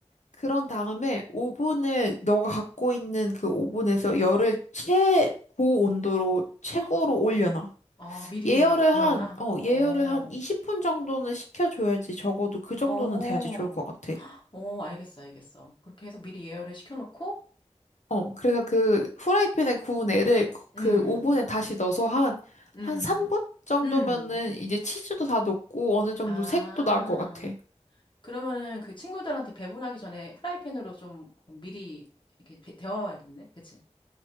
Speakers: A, on the left; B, on the left.
A: 그런 다음에 오븐을 너가 갖고 있는 그 오븐에서 열을 최고 온도로 최고로
B: <gasps>
A: 올려놔.
B: 아, 미리
A: 예열을
B: 데워놔?
A: 한, 어,
B: 어.
A: 예열을 한 20분 정도는 식혀줘야지 적어도 그 정도는
B: 어.
A: 돼야지 좋을 것 같아.
B: 어, 알겠어, 알겠어. 그렇게 해서 미리 예열을 시켜놓고,
A: 어, 그래서 그 후라이팬에 구운 애를 그
B: 음,
A: 그 오븐에 다시 넣어서 한,
B: 음,
A: 한 3분 정도면은
B: 음.
A: 이제 치즈도 다 녹고 어느 정도
B: 아.
A: 색도 나올 것 같아.
B: 그러면은 그 친구들한테 배분하기 전에 프라이팬으로 좀 미리 이렇게 데- 데워야겠네 그치?